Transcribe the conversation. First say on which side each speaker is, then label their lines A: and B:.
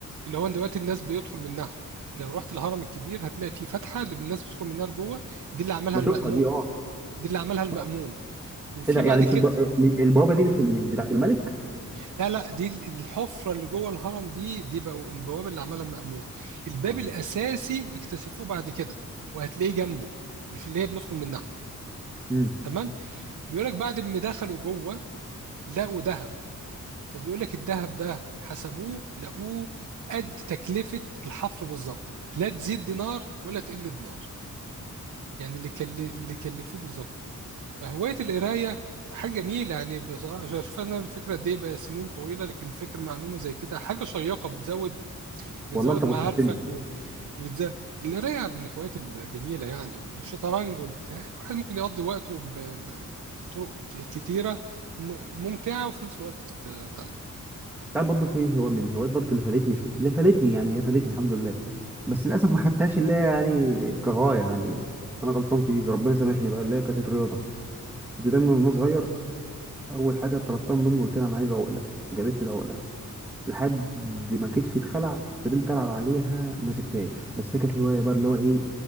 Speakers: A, on the right (about 65°); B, in the centre.
A: اللي هو دلوقتي الناس بيدخل منها لو رحت الهرم الكبير هتلاقي في فتحة اللي الناس بتدخل منها لجوه دي اللي عملها
B: بشوفها
A: المأمون
B: دي اه
A: دي اللي عملها المأمون
B: آه.
A: وفي
B: ايه ده يعني
A: بعد
B: مش
A: كده
B: الب... البوابه دي مش مش بتاعت الملك
A: لا لا دي ال- الحفرة اللي جوه الهرم دي دي بقوا البوابة اللي عملها المأمون الباب
B: آه،
A: الأساسي
B: بس.
A: اكتشفوه بعد كده وهتلاقيه جنبه مش اللي هي بندخل منها
B: مم.
A: تمام بيقولك بعد ما دخلوا جوه لقوا ذهب فبيقول لك الذهب ده حسبوه لقوه قد تكلفة الحفر بالظبط لا تزيد دينار ولا تقل دينار يعني اللي كل... اللي كلفوه بالظبط فهواية القراية حاجة جميلة يعني بصراحة شوف شوف أنا الفكرة قد إيه بقى سنين طويلة لكن فاكر معلومة زي كده حاجة شيقة بتزود بتزود
B: والله انت
A: معارفك
B: بسطتني
A: وبتزود القراية من الهوايات الجميلة يعني والشطرنج والبتاع يعني الواحد ممكن يقضي وقته ب... ب... ب- بطرق ك- كتيرة م- ممتعة وفي نفس الوقت تتعلم
B: تعرف برضه في هو من هوايات برضه اللي فادتني شو اللي فادتني يعني هي فادتني الحمد لله بس للاسف ما خدتهاش اللي هي يعني كغايه يعني انا غلطان في دي ربنا سامحني بقى اللي هي كانت الرياضه كنت دايما وانا صغير اول حاجه طلبتها من امي قلت لها انا عايز عقله جابت لي العقله لحد ما كتفي اتخلع فضلت العب عليها ما سبتهاش بس هي كانت هوايه بقى اللي هو ايه